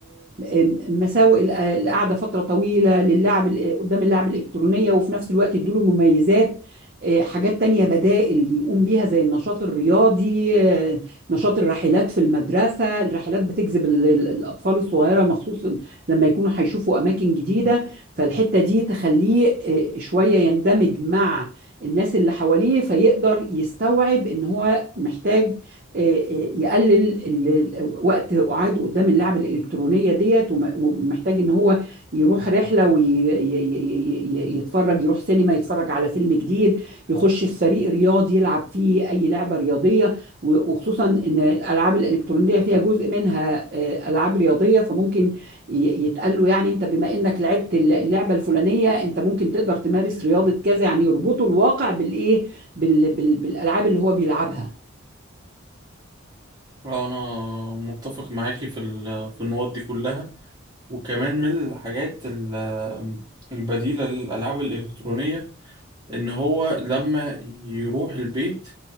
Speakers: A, on the right; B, on the right.
A: آه، مساوئ الق- القعده فتره طويله للعب ال- قدام اللعب الالكترونيه وفي نفس الوقت يدوا له مميزات آه، حاجات تانية بدائل يقوم بيها زي النشاط الرياضي آه، نشاط الرحلات في المدرسة الرحلات بتجذب ال- ال- الأطفال الصغيرة مخصوص لما يكونوا هيشوفوا أماكن جديدة فالحتة دي تخليه آه، شوية يندمج مع الناس اللي حواليه فيقدر يستوعب ان هو محتاج آه، آه، يقلل ال- ال- وقت قعاده قدام اللعبة الإلكترونية ديت وم- ومحتاج ان هو يروح رحلة ويتفرج يروح سينما يتفرج على فيلم جديد يخش في فريق رياضي يلعب فيه أي لعبة رياضية و- وخصوصا ان الالعاب الالكترونيه فيها جزء منها آه، العاب رياضيه فممكن ي- يتقال له يعني انت بما انك لعبت اللعبه الفلانيه انت ممكن تقدر تمارس رياضه كذا يعني يربطوا الواقع بالايه بال... بال... بالالعاب اللي هو بيلعبها
B: آه، أنا متفق معاكي في ال- في النقط دي كلها وكمان من الحاجات ال- البديلة للألعاب الإلكترونية إن هو لما يروح البيت